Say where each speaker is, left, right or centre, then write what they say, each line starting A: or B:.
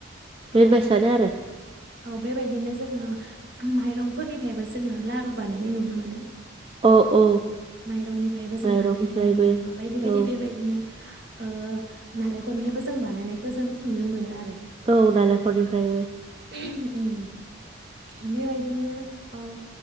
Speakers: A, on the right (about 25°); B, on the right (about 55°).
A: बेेर
B: औ
A: बायसानो आरो
B: औ बेबायदिनो जोङो ओ माइरंफोरनिफ्रायबो जोङो लारु बानायनाय नुनो मोनो।
A: औ औ
B: माइरंनिफ्रायबो जों
A: माइरंनिफ्रायबो
B: बानायो बायदि बायदि
A: औ
B: बेबायदिनो ओ नालेंखर निफ्रायबो जों बानायनायखौ जों नुनो मोनो आरो।
A: औ नारेंखलनिफ्रायबो
B: उम। बेबायदिनो औ